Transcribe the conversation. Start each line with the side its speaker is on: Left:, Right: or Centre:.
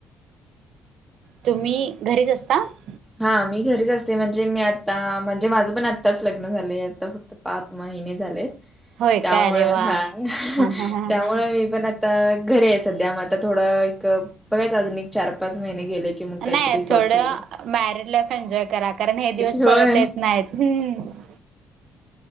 Right: तुम्हींअ घरीचं असतांअ. -
Centre: हां मी घरीचं असते म्हणजे मी आतांअ म्हणजे माझं पणं आत्ताचं लग्न झालंय आताक्त. - पाच महिने झालेतं,
Right: होय
Centre: तयामुळे
Right: काय अरे वा
Centre: हां
Right: हा हा
Centre: <inaudible>
Right: हा
Centre: त्यामुळे मी पण. - आत घरी यायच्या, सध्याय मग आतां थोडा एक बघायचं अजून एक चार- पाच महिने गेले. - कि मगं
Right: नाही
Centre: काहीतरी जॉब्सचं
Right: थोडं
Centre: वगैरे. -
Right: मॅरिड लाईफ एन्जॉय करा, कारण हे दिवस
Centre: होय.
Right: परतं येतं नाहीत्ं. -